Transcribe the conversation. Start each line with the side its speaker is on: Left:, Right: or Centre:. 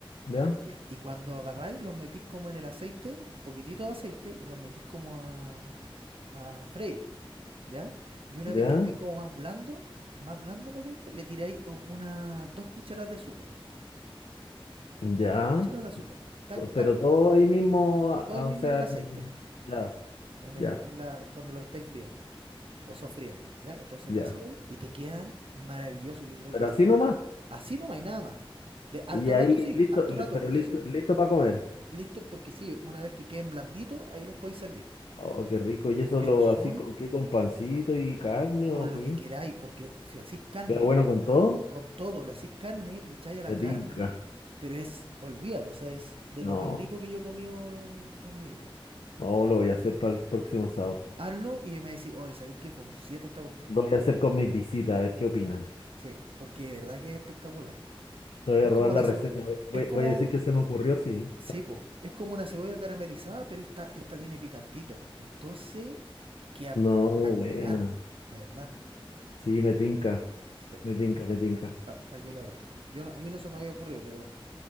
Left: ya,
Right: Ya. Y cuando agarráis, los metís como en el aceite, un poquitito de aceite, y los metís como a, a freír, ¿ya? Y una
Left: ya,
Right: vez que estén como más blando, más blando el aceite, le tiráis u- unas dos cucharadas de azúcar.
Left: ya.
Right: Dos cucharadas de azúcar. Tac,
Left: To- Pero
Right: tac,
Left: todo ahí mismo, a-
Right: hoy mismo
Left: o sea,
Right: en el
Left: en-
Right: aceite,
Left: ya,
Right: en
Left: ya,
Right: el, en la, cuando lo estáis friendo. o sofriendo, ¿ya? Entonces
Left: ya.
Right: lo hacía ahí y te quedan maravillosos. Yo creo
Left: Pero
Right: que así,
Left: así
Right: no,
Left: nomás.
Right: así no hay nada más. De harto
Left: Y ahí
Right: rato sí,
Left: listo,
Right: harto
Left: li-
Right: rato,
Left: pero
Right: porque
Left: listo,
Right: eso,
Left: listo para comer.
Right: listo, porque sí, una vez que queden blanditos, ahí los podéis servir.
Left: Oh, qué rico. ¿Y eso
Right: Pero
Left: lo
Right: son
Left: así con qué? ¿Con pancito y carne
Right: con
Left: o
Right: lo
Left: qué?
Right: que queráis, porque si hacís carne,
Left: ¿Queda bueno con todo?
Right: con todo, le hacís carne, le echáis a la
Left: Me
Right: carne,
Left: tinca.
Right: pero es, olvídalo, o sea, es de
Left: No,
Right: lo más rico que yo he comido en mi vida.
Left: no lo voy a hacer para el próximo sábado.
Right: Hazlo y me decís, oh, es ahí que fue un 7 esta cuestión.
Left: Lo voy a hacer con mis visitas, a ver qué opinan.
Right: Sí, porque de verdad que es espectacular.
Left: Te voy
Right: Es
Left: a robar
Right: como
Left: la
Right: la,
Left: receta.
Right: segu-
Left: Voy, voy-
Right: es como,
Left: voy a decir que se me ocurrió, sí.
Right: Sí, po. Es como una cebolla caramelizada, pero esta, esta tiene picantito. Entonces, queda
Left: No,
Right: espectacular,
Left: buena.
Right: de verdad.
Left: Sí, me tinca.
Right: Sí,
Left: Me tinca, me tinca.
Right: para que lo hagáis. Yo no- a mí no se me había ocurrido, pero,